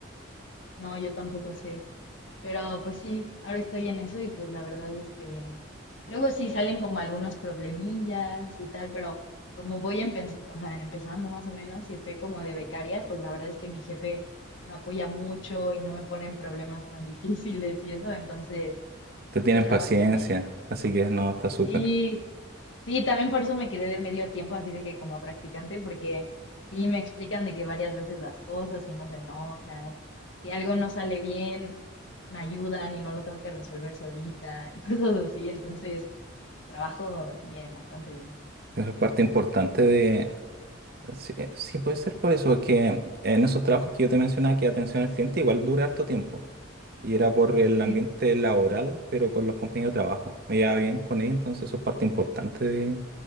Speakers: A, on the left (about 70°); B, on the right (about 50°).
A: No, yo tampoco sé. Pero pues sí, ahora estoy en eso y pues la verdad es que bien. Luego sí salen como algunos problemillas y tal, pero como voy empe- o sea, empezando más o menos y estoy como de becaria, pues la verdad es que mi jefe me apoya mucho y no me pone en problemas tan <laughs> difíciles y eso, entonces
B: Te tienen
A: en el trabajo
B: paciencia,
A: bien.
B: así que no, está súper.
A: Sí, sí, también por eso me quedé de medio tiempo así de que como practicante, porque sí me explican de que varias veces las cosas y no se enojan, si algo no sale bien, me ayudan y no lo tengo que resolver solita y <laughs> cosas así, entonces trabajo bien, bastante bien.
B: Eso es parte importante de... Sí, eh, sí, puede ser por eso, que en esos trabajos que yo te mencionaba, que atención al cliente igual dura harto tiempo. Y era por el
A: Sí,
B: ambiente laboral, pero con los compañeros de trabajo. Me llevaba bien con ellos, entonces eso es parte importante de,